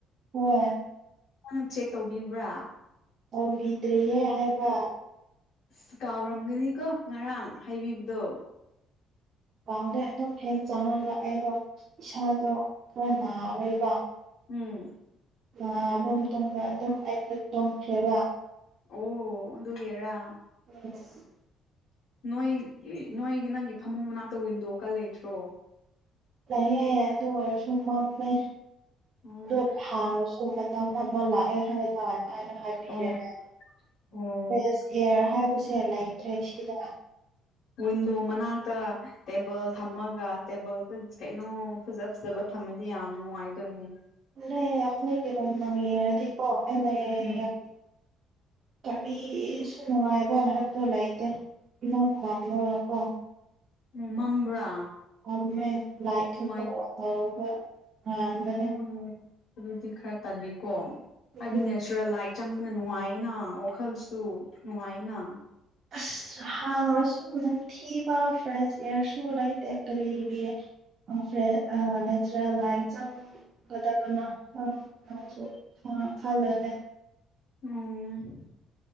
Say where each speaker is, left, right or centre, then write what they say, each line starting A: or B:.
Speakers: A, on the right; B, on the left.
A: ꯍꯣꯏ
B: ꯅꯪ ꯆꯦꯛ ꯇꯧꯕꯤꯕ꯭ꯔꯥ
A: ꯇꯧꯕꯤꯗ꯭ꯔꯤꯌꯦ ꯍꯥꯏꯕ
B: ꯑꯁ ꯀꯥꯎꯔꯝꯒꯅꯤꯀꯣ ꯉꯔꯥꯡ ꯍꯥꯏꯕꯤꯕꯗꯨ
A: ꯀꯥꯎꯗꯦ ꯑꯗꯨꯝ ꯍꯦꯛ ꯆꯪꯉꯒ ꯑꯩꯗꯣ ꯏꯁꯥꯗꯣ ꯈꯔ ꯅꯥꯔꯦꯕ
B: ꯎꯝ
A: <unintelligible> ꯗꯨꯝ ꯇꯨꯝꯈ꯭ꯔꯦ ꯑꯗꯨꯝ ꯑꯩꯗꯤ ꯇꯨꯝꯈꯔꯦꯕ
B: ꯑꯣ ꯑꯗꯨꯒꯤꯔꯥ
A: <inaudible>
B: ꯅꯣꯏ ꯒꯤ ꯅꯣꯏꯒꯤ ꯅꯪꯒꯤ ꯐꯃꯨꯡ ꯃꯅꯥꯛꯇ ꯋꯤꯟꯗꯣ ꯀ ꯂꯩꯇ꯭ꯔꯣ
A: ꯂꯩꯌꯦ ꯑꯗꯨ ꯑꯣꯏꯔꯁꯨ ꯃꯝꯃꯦ
B: ꯑꯣ
A: ꯑꯗꯨꯞ ꯍꯥꯔꯥ ꯑꯗꯨ ꯃꯅꯝ ꯑꯃ ꯂꯥꯛꯑꯦ ꯍꯥꯏ ꯇꯥꯏ ꯑꯩꯅ ꯍꯥꯏꯕꯤꯔꯦꯅꯦ
B: ꯑꯣ ꯑꯣ
A: ꯐ꯭ꯔꯦꯁ ꯑꯦꯌꯥꯔ ꯍꯥꯏꯕꯁꯦ ꯂꯩꯇ꯭ꯔꯦ ꯁꯤꯗ
B: ꯋꯤꯟꯗꯣ ꯃꯅꯥꯛꯇ ꯇꯦꯕꯜ ꯊꯝꯃꯒ ꯇꯦꯕꯜꯗ ꯀꯩꯅꯣ ꯐꯖ ꯐꯖꯕ ꯊꯝꯃꯗꯤ ꯌꯥꯝ ꯅꯨꯡꯉꯥꯏꯗꯣꯏꯅꯦ
A: ꯂꯩ ꯑꯈꯣꯏꯒꯤꯔꯣꯝ <unintelligible> ꯗꯤꯀꯣ ꯑꯩ ꯂꯩ
B: ꯎꯝ
A: ꯀꯔꯤꯁꯨ ꯅꯨꯡꯉꯥꯏꯕ ꯍꯥꯏꯕꯗꯣ ꯂꯩꯇꯦ <unintelligible>
B: ꯎꯝ ꯃꯝꯕ꯭ꯔꯥ
A: ꯃꯝꯃꯦ ꯂꯥꯏꯛ ꯈꯛꯇ
B: ꯅꯨꯡꯉꯥꯏ
A: ꯉꯧꯔꯣꯛ ꯉꯧꯔꯒ ꯉꯥꯟꯕꯅꯦ
B: ꯑꯣ ꯑꯗꯨꯗꯤ ꯈꯔ ꯇꯜꯂꯤꯀꯣ
A: ꯎꯝ
B: ꯍꯥꯏꯕꯗꯤ <unintelligible> ꯇ꯭ꯔꯦꯜ ꯂꯥꯏꯠ ꯆꯪꯕꯅ ꯅꯨꯡꯉꯥꯏꯌꯦꯅ ꯋꯥꯈꯜꯁꯨ ꯅꯨꯡꯉꯥꯏꯌꯦꯅ
A: ꯑꯁ ꯍꯥꯡꯔꯁꯨ ꯅꯝꯊꯤꯕ ꯐ꯭ꯔꯦꯁ ꯏꯌꯥꯔꯁꯨ ꯂꯩꯇꯦ ꯀꯔꯤꯒꯤ ꯎꯝ ꯐꯔꯦ ꯑ ꯅꯦꯆꯔꯦꯜ ꯂꯥꯏꯛ ꯆꯪꯒꯗꯕꯅ ꯐꯜ ꯂꯥꯑꯣꯆꯦ ꯈꯜꯂꯂꯩ
B: ꯎꯝ